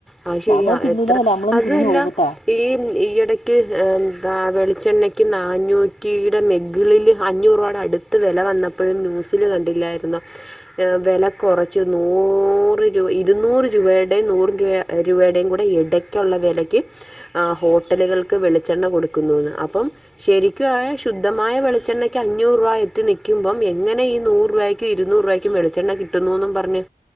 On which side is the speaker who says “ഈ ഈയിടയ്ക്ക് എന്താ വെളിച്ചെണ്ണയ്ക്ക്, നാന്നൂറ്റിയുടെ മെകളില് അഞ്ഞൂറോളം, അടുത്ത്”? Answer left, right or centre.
Centre